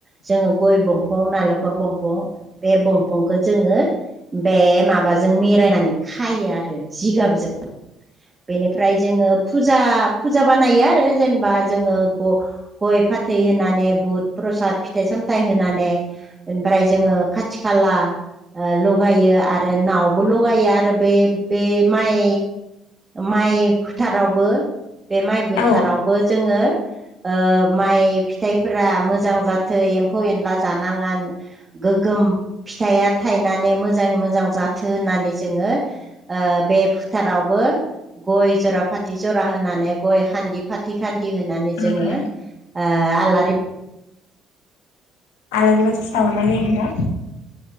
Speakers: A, on the right (about 25°); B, on the left (about 80°).
A: जोङो गय दंफं नाले खर दंफं बे दंफंखौ जोङो बे मा बा जों मेरायनानै खायो आरो जिगाब जों। बेनिफ्राय जोङो फुजा फुजा बानायो आरो जेनेबा जोङो ग गय फाथै होनानै बुद प्रसाद फिथाइ सामथाइ होनानै ओनफ्राय जोङो खाथि खाला ओ लगायो आरो नावबो लगायो आरो बे बे माइ माइ फोथारावबो बे माइ बोथारावबो
B: औ
A: जोङो ओ माइ फिथाइफोरा मोजां जाथो एम्फौ एनला जानाङा गोगोम फिथाइया थायनानै मोजाङै मोजां जाथो होननानै जोङो ओ ओ बे फोथारावबो गय जरा फाथै जरा होनानै गय खान्दि फाथै खान दि होनानै
B: औ
A: जोङो ओ आलारि
B: आलारि बाथि सावनाय जायो ना।